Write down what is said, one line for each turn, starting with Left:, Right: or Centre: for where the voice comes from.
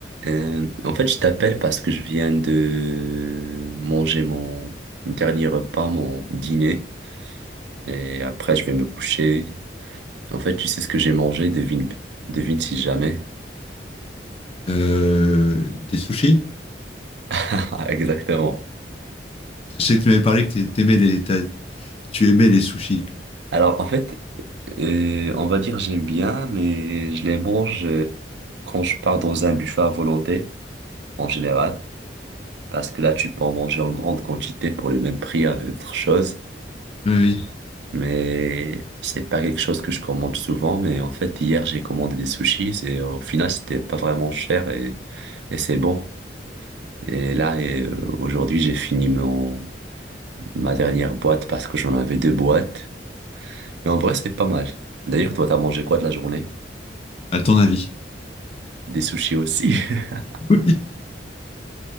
Right: Euh, en fait, je t'appelle parce que je viens de manger mon dernier repas, mon dîner, et après je vais me coucher. En fait, tu sais ce que j'ai mangé, devine, devine si jamais.
Left: Euh, des sushis?
Right: <laughs> Exactement.
Left: Je sais que tu m'avais parlé que t'ai- t'aimais les, t'as- tu aimais les sushis.
Right: Alors, en fait, euh, on va dire j'aime bien, mais je les mange euh, quand je pars dans un buffet à volonté, en général, parce que là, tu peux en manger en grande quantité pour le même prix avec d'autres choses.
Left: Oui, oui.
Right: Mais c'est pas quelque chose que je commande souvent. Mais en fait, hier, j'ai commandé des sushis et au final, c'était pas vraiment cher et, et c'est bon. Et là, et, euh, aujourd'hui, j'ai fini mon, ma dernière boîte parce que j'en avais deux boîtes. Et en vrai, c'est pas mal. D'ailleurs, toi, t'as mangé quoi de la journée?
Left: À ton avis.
Right: Des sushis aussi. <laughs>
Left: <laughs> Oui,